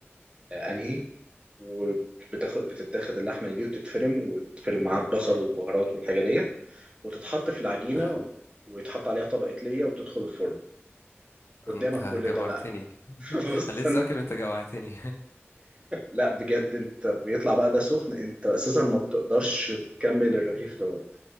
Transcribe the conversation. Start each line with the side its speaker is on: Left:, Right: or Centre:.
Right: آه، انهي وبتاخد بتتاخد اللحمة دي وتتفرم وتتفرم معاها البصل
Left: امم
Right: والبهارات والحاجة ديت وتتحط في العجينة
Left: سلام
Right: ويتحط عليها طبقة ليا وتدخل الفرن قدامك
Left: انت
Right: كل
Left: جوعتني
Right: ده بقى <laughs> بص
Left: انا لسه
Right: انا
Left: واكل وانت جوعتني
Right: لا بجد انت بيطلع بقى ده سخن انت اساسا ما بتقدرش تكمل الرغيف دوت